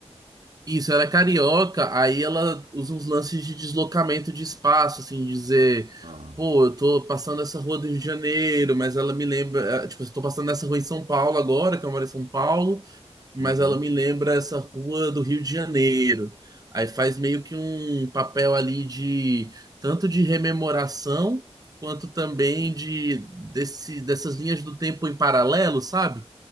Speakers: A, on the right; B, on the right.
A: Isso, ela é carioca, aí ela usa uns lances de deslocamento de espaço, assim, dizer,
B: Ah,
A: pô, eu tô passando essa rua do Rio de Janeiro, mas ela me lembra, eh, tipo, eu tô passando essa rua em São Paulo agora, que eu moro em São Paulo, mas
B: uhum,
A: ela me lembra essa rua do Rio de Janeiro. Aí faz meio que um papel ali de tanto de rememoração, quanto também
B: sei,
A: de desse, dessas linhas do tempo em paralelo, sabe?